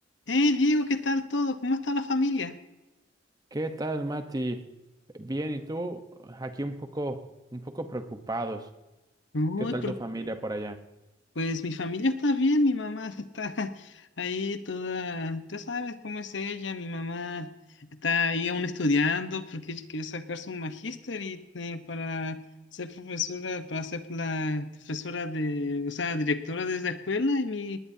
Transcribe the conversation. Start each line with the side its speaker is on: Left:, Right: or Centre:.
Left: Hey Diego, ¿qué tal todo? ¿Cómo está la familia?
Right: ¿Qué tal, Mati? Bien, ¿y tú? Aquí un poco, un poco preocupados.
Left: Uy,
Right: ¿Qué tal
Left: por-
Right: tu familia por allá?
Left: pues mi familia está bien, mi mamá <laughs> está ahí toda, tú sabes cómo es ella, mi mamá está ahí aún estudiando porque ella quiere sacar su magíster y eh, para ser profesora, para ser la profesora de, o sea, directora de la escuela y mi,